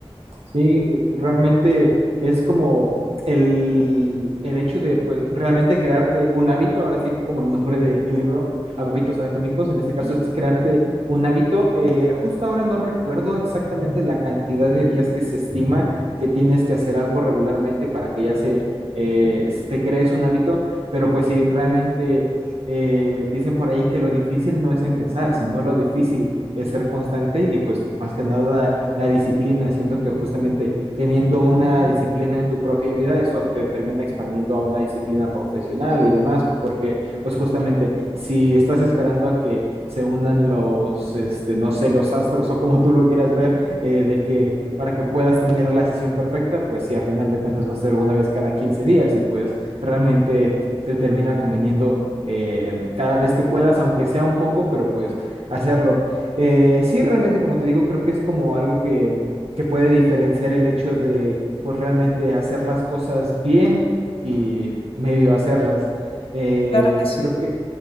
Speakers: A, on the right; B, on the left.
A: Sí, realmente es como el, el hecho de, pues, realmente crearte un hábito, ahora sí que como el nombre del libro, Hábitos Atómicos, en este caso
B: Ujú.
A: es crearte un hábito. Eh, justo ahora no recuerdo exactamente la cantidad de días que se estima que tienes que hacer algo regularmente para que ya se, eh, te crees un hábito, pero pues sí, realmente eh, dicen por ahí que lo difícil no es empezar, sino lo difícil es ser constante y pues más que nada la disciplina, siento que justamente teniendo una disciplina en tu propia vida, eso te termina expandiendo a una disciplina profesional y demás, porque pues justamente si estás esperando a que se unan los, este, no sé, los astros o como tú lo quieras ver, eh, de que para que puedas tener la sesión perfecta, pues sí, a final de cuentas va a ser una vez cada 15 días y pues realmente te termina conveniendo eh, cada vez que puedas, aunque sea un poco, pero pues hacerlo. Eh, sí, realmente, como te digo, creo que es como algo que, que puede diferenciar el hecho de, pues, realmente hacer las cosas bien y medio hacerlas. Eh,
B: Claro que sí.
A: creo que,